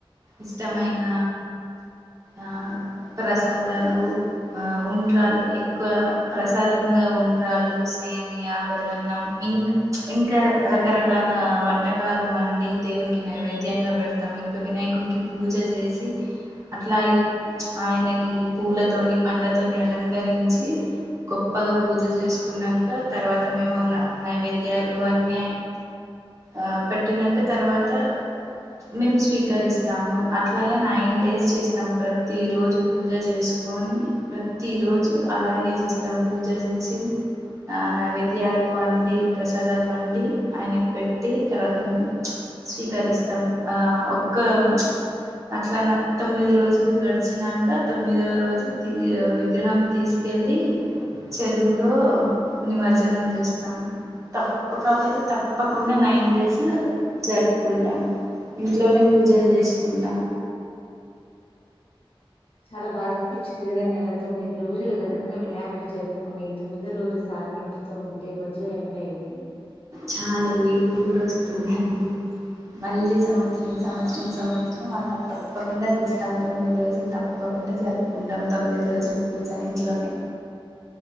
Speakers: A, on the right; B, on the left.
A: ఇష్టమైన ఆ ప్రసాదాలు ఆ ఉండ్రాలు ఎక్కువ ప్రసాదంగా ఉండ్రాళ్లు సేమియా బెల్లన్నం ఇంక ఇంకా రకరకాల వంటకాలు వండి దేవునికి నైవేద్యంగా పెడతాం ఇంకా వినాయకునికి పూజ చేసి అట్లా ఎప్ ఆయనకి పూలతోని పండ్లతోని అలంకరించి గొప్పగా పూజ చేసుకున్నాక తర్వాత మేము న నైవేద్యాలు అన్నీ ఆ పెట్టినాక తర్వాత మేము స్వీకరిస్తాము అట్లాగే నైన్ డేస్ చేస్తాం ప్రతి ప్రతిరోజు పూజ చేసుకని ప్రతిరోజు అలాగే చేస్తాం పూజ చేసి ఆ నైవేద్యాలు వండి ప్రసాదాలు వండి ఆయనకు పెట్టి తర్వాత మేము స్వీకరిస్తాం ఆ ఒక్క ప్చ్ అట్లానా తొమ్మిది రోజులు గ వచ్చినాక తొమ్మిదవ రోజు తీ విగ్రహం తీసుకెలి చెరువులో నిమజ్జనం చేస్తాం తప్పక కపోతే తప్పకుండా నైన్ డేస్ జరుపుకుంటాం ఇంట్లోనే పూజలు చేసుకుంటా
B: చాలా బాధ అనిపించిది కదండి అలా తొమ్మిది రోజులు ఘనంగా వినాయకుని జరుపుకుని తొమ్మిదో రోజు సాగ నొంపుతూ ఉంటే బొజ్జగనపయ్యని
A: చాలా ఏడుపు కూడ వస్తుందండి మళ్ళీ సంవత్సరం సంవత్సరం సంవత్సరం వాళ్ళకు తప్పకుండా చేస్తాం తొమ్మిది రోజులు తప్ తప్పకుండా జరుపుకుంటాం తొమ్మిది రోజులు పూజా ఇంట్లోనే